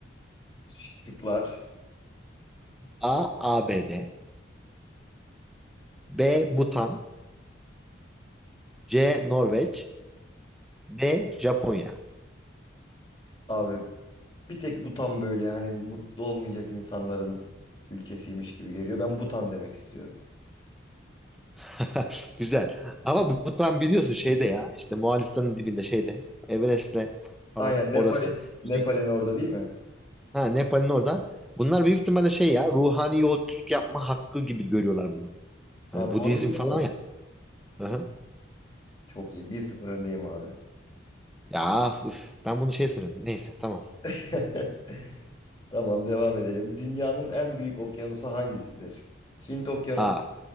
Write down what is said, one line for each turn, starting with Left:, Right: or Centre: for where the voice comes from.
Left: Şıklar.
Centre: A. ABD B. Butan C. Norveç D. Japonya
Left: Abi bir tek Butan böyle hani mutlu olmayacak insanların ülkesiymiş gibi geliyor. Ben Butan demek istiyorum.
Centre: <laughs> Güzel. Ama bu- Butan biliyorsun şeyde ya işte Moğolistan'ın dibinde şeyde Everest'le falan
Left: Aynen Nepal'in
Centre: orası.
Left: Nepal'in
Centre: Şey,
Left: orada değil mi?
Centre: ha, Nepal'in orada. Bunlar büyük ihtimalle şey ya ruhani yolculuk yapma hakkı gibi görüyorlar bunu.
Left: Ha,
Centre: Hani Budizm
Left: doğru bildim
Centre: falan
Left: mi?
Centre: ya. Aha.
Left: Çok iyi. bir sıfır öndeyim abi.
Centre: Ya üf, ben bunu şey sanıyordum. Neyse tamam.
Left: <laughs> Tamam devam edelim. Dünyanın en büyük okyanusu hangisidir? Hint Okyanusu,
Centre: Aa.